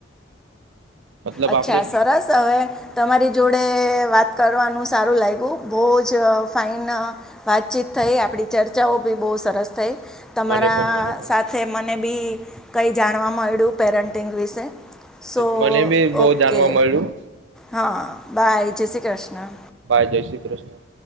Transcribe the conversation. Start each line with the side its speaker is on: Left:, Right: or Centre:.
Right: મતલબ
Centre: અચ્છા
Right: આપડે
Centre: સરસ હવે તમારી જોડે વાત કરવાનું સારું લાગ્યું બહુ જ ફાઇન વાતચીત થઈ આપણી ચર્ચાઓ બી બહુ સરસ થઈ તમારા
Right: મને પણ મને પણ
Centre: સાથે મને બી કઈ જાન નામડું પેરેન્ટિંગ વિશે સો
Right: મને ભી બોઉ
Centre: ઓકે
Right: જાણવા મળ્યું
Centre: હા બાય જય શ્રી કૃષ્ણ
Right: ભાઈ જય શ્રી કૃષ્ણ